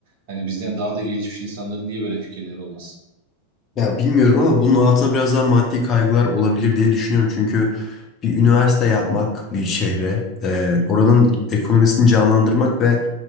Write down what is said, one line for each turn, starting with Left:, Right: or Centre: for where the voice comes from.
Right: hani bizden daha da gelişmiş insanların niye böyle fikirleri olmasın?
Left: Ya bilmiyorum ama bunun altına biraz daha maddi kaygılar olabilir diye düşünüyorum. Çünkü bir üniversite yapmak bir şehre, e, oranın ekonomisini canlandırmak ve